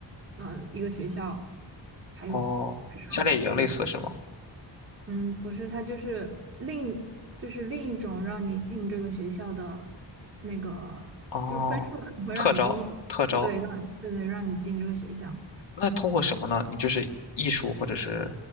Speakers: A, on the right; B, on the left.
A: 呃，一个学校还有
B: 哦，夏令营类似是吗？
A: 上，对，嗯，不是，他就是另就是另一种让你进这个学校的那个，
B: 哦，
A: 就是分数可能会让你低一点，
B: 特招，特招，
A: 对，让对对，让你进这个学校。
B: 那通过什么呢？你就是艺术或者是